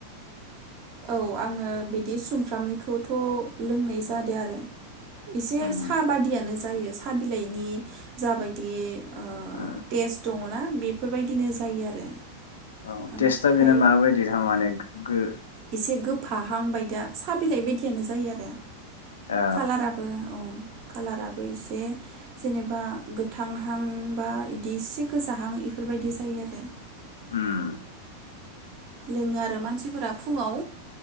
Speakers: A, on the right; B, on the left.
A: औ आङो बिदि सुमफ्रामनिखौथ' लोंनाय जादों आरो एसे
B: उम
A: साहा बादियानो जायो जायो साहा बिलाइनि जाबायदि औ
B: उम
A: टेस्ट दङना बेफोरबायदिनो जायो आरो
B: औ
A: ओमफ्राय
B: टेस्टआ बेना माबायदि थारमाने गो
A: एसे गोफाहां बायदिया फिसा बिलाइ बायदियानो जायो आरो
B: औ
A: कालाराबो औ कालाराबो एसे जेनेबा गोथांहां बा बिदि इसे गोजाहां इफोरबायदि जायो आरो
B: उम
A: लोङो आरो मानसिफोरा फुङाव